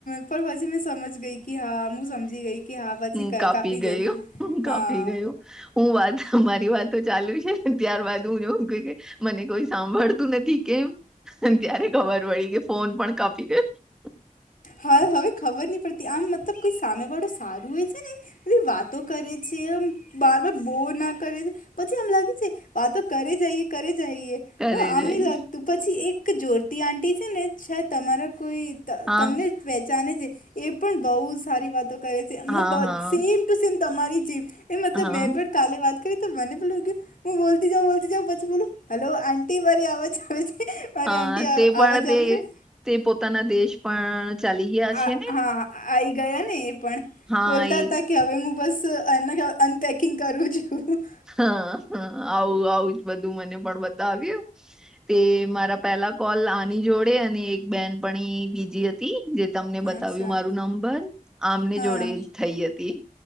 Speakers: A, on the left; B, in the centre.
A: પણ પછી મેં સમજ ગઈ કે હા હું સમજી ગઈ. કે હા પછી
B: <unintelligible>
A: ક-
B: કાપી ગયું
A: જશે
B: હ
A: હા
B: કાપી ગયું હું વાત મારી વાતો ચાલુ છે. ત્યારબાદ હું એવું ક કે મને કોઈ સાંભળતું નથી કેમ. ત્યારે ખબર પડી કે ફોન પણ કાપી <unintelligible>
A: હા હવે ખબર નહી પડતી આમ મતલબ કોઈ સામે વાળો સારું હો છે, ને. બધી વાતો કરે છે, એમ બાર બાર બોર ના કરે છે, પછી એમ લાગે છે, વાતો કરે જઈએ કરે જઈએ.
B: ઘરે
A: હ આને
B: જઈશ
A: લાગતું પછી એક જોરતી આટી છે, ને તમારા કોઈ.
B: હા
A: તમને <unintelligible> છે, એ પણ બહુ સારી વાતો કરે છે, મતલબ
B: હા હા
A: <unintelligible> <unintelligible> તમારી <unintelligible> મતલબ
B: હા
A: મેં પણ કાલે વાત કરી તો મને <unintelligible> હું બોલતી જાઉં બોલતી જાઉં પછી બોલું હેલો <unintelligible> મારી આવાજ આવે છે. મારી
B: હા
A: આંટી
B: તે
A: આવાજ
B: પણ તે
A: આવે છે
B: તે પોતાના દેશ પણ. ચાલી ગયા
A: આ
B: છે ને
A: હા આવીઈ ગયા ને એ પણ
B: હા
A: બોલતા
B: એક
A: હતા. કે હવે હું બસ <unintelligible> અનપેકિંગ કરું છું.
B: હા હ આવું આવું જ બધું મને પણ બતાવ્યું. તે મારા પેલા કોલ આની જોડે અને એક બેન પણ બીજી હતી જે. તમને બતાવ્યું
A: અચ્છા
B: મારું નંબર આમને
A: હા
B: જોડે જ થઈ હતી.